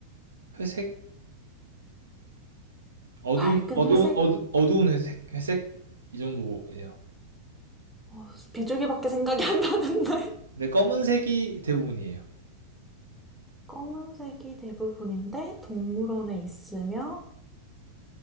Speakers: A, on the right; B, in the centre.
A: 회색빛, 어두운
B: 밝은
A: 어두운
B: 회색?
A: 어두, 어두운 회색 회색 이 정도예요.
B: 어, 비둘기밖에 생각이 안 나는데.
A: 근데 검은색이 대부분이에요.
B: <laughs> 검은색이 대부분인데 동물원에 있으며